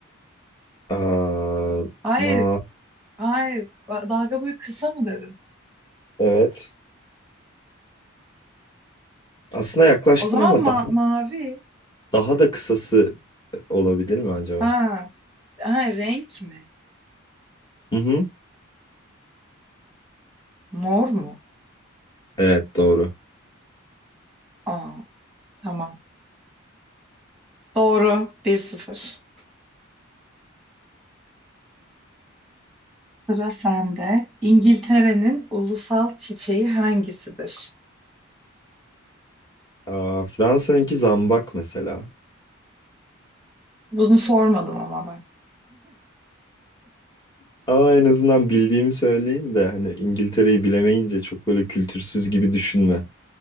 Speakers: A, on the left; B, in the centre.
A: Aa,
B: Hayır.
A: ma
B: Hayır. Ba- Dalga boyu kısa mı dedin?
A: evet. Aslında yaklaştın
B: O zaman
A: ama
B: ma-
A: daha
B: mavi.
A: daha da kısası olabilir mi acaba?
B: Ha. Ha, renk mi?
A: Hı hı.
B: Mor mu?
A: Evet doğru.
B: Aa, tamam. Doğru. bir sıfır. Sıra sende. İngiltere'nin ulusal çiçeği hangisidir?
A: Aa, Fransa'nınki zambak mesela.
B: Bunu sormadım ama ben.
A: Ama en azından bildiğimi söyleyeyim de hani İngiltere'yi bilemeyince çok böyle kültürsüz gibi düşünme.